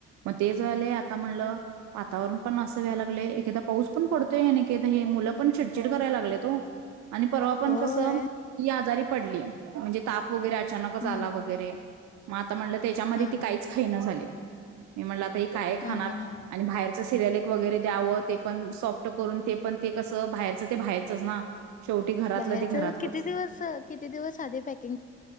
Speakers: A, on the right; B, on the left.
A: मग ते झाले आता म्हणलं वातावरण पण असं व्हायला लागलय एकेकदा पाऊस पण पडतोय आणि एकेकदा हे मुलं पण चिडचिड करायला लागलेत ओ आणि परवा पण
B: होय
A: कसं ही आजारी पडली ताप वगैरे अचानकच
B: हम्म
A: आला वगैरे म आता आता म्हणलं त्याच्यामध्ये
B: हा
A: ती काहीच खाईना झालीये मी म्हणल आता ही काय खाणार
B: हा हा हा
A: आणि बाहेरच सिरियल एक वगैरे द्यावं ते पण सॉप्ट करून ते पण ते कस बाहेरचं ते बाहेरचच ना शेवटी घरातलं
B: बाहेरच
A: ते घरातलंच
B: किती दिवस किती दिवस आधी पॅक